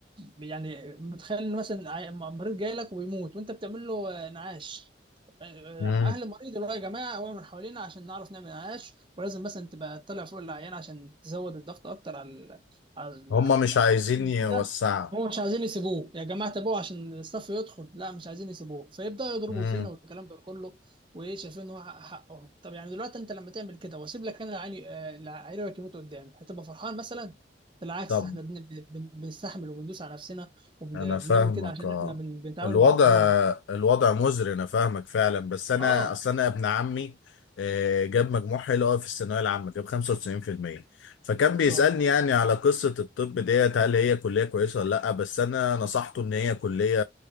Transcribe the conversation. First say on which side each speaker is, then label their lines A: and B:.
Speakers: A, on the right (about 25°); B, on the left (about 80°).
A: يعني متخيل إن مثلا عي- مريض جاي لك وبيموت وانت بتعمل له آه، نعاش آه،
B: مم.
A: اهل المريض يقولوا يا جماعه وقعوا من حوالينا عشان نعرف نعمل نعاش ولازم مثلا تبقى تطلع فوق العيان عشان تزود الضغط اكتر على ال- على ال-
B: هم
A: على
B: مش عايزين
A: ال-
B: يوسعوا
A: كده هو مش عايزين يسيبوه يا جماعه تابعوه عشان الصف يدخل لا مش عايزين يسيبوه فيبداوا يضربوا
B: مم.
A: فينا والكلام ده كله وايه شايفين ان هو حق- حقهم طب يعني دلوقتي انت لما تعمل كده واسيب لك انا العيان آه، العيان يموت قدامي هتبقى فرحان مثلا بالعكس
B: طب
A: احنا بن- بن- بنستحمل وبندوس على نفسنا وبنعمل
B: انا فاهمك
A: كده عشان
B: اه
A: احنا بن- بنتعامل
B: الوضع
A: مع ربنا
B: الوضع مزري انا فاهمك فعلا بس انا
A: اه
B: اصل انا ابن عمي آه، جاب مجموع حلو قوي في الثانويه العامه جاب 95% فكان
A: ما
B: بيسالني
A: شاء الله
B: يعني على قصه الطب ديت هل هي كليه كويسه ولا لا بس انا نصحته ان هي كليه